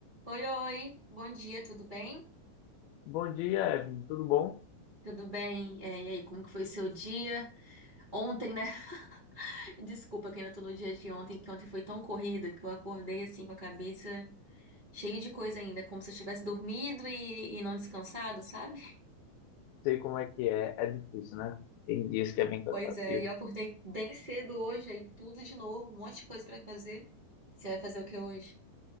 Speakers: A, on the right; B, on the left.
A: Oi, oi, bom dia, tudo bem?
B: Bom dia, Evelyn. Tudo bom?
A: Tudo bem? É, e aí, como que foi o seu dia? Ontem, né? <laughs> Desculpa que ainda tô no dia de ontem, que ontem foi tão corrido que eu acordei assim com a cabeça cheia de coisa ainda, como se eu tivesse dormido e, e não descansado, sabe? <laughs>
B: Sei como é que é. É difícil, né? Tem dias que é bem cansativo.
A: Pois é, e eu acordei bem cedo hoje, aí tudo de novo, um monte de coisa pra fazer. Você vai fazer o que hoje?